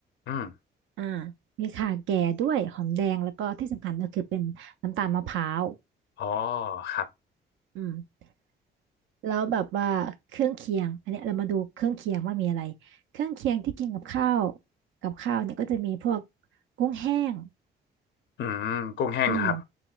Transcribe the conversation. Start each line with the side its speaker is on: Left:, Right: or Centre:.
Left: อืม
Right: อ่ามีข่าแก่ด้วยหอมแดงแล้วก็ที่สำคัญก็คือเป็นน้ำตาลมะพร้าว
Left: อ๋อครับ
Right: อืมแล้วแบบว่าเครื่องเคียงอันเนี้ยเรามาดูเครื่องเคียงว่ามีอะไรเครื่องเคียงที่กินกับข้าวกับข้าวเนี่ยก็จะมีพวกกุ้งแห้ง
Left: อืมกุ้งแห้งครับ
Right: อืม